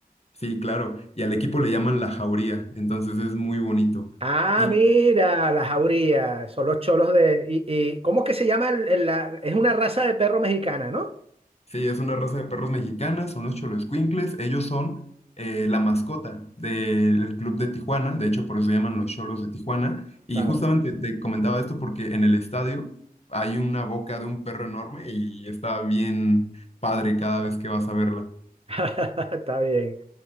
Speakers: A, on the left (about 40°); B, on the right (about 35°).
A: sí, claro, y al equipo le llaman la Jauría, entonces es muy bonito.
B: Ah,
A: Y,
B: mira, las jaurías, son los cholos de... Y, y- ¿cómo es que se llama? el- el- la- es una raza de perro mexicana, ¿no?
A: Sí, es una raza de perros mexicanas, son los Xoloescuincles. Ellos son eh, la mascota del club de Tijuana, de hecho por eso se llaman los Cholos de Tijuana. Y
B: Claro.
A: justamente te comentaba esto porque en el estadio hay una boca de un perro enorme y está bien padre cada vez que vas a verla.
B: <laughs> Está bien.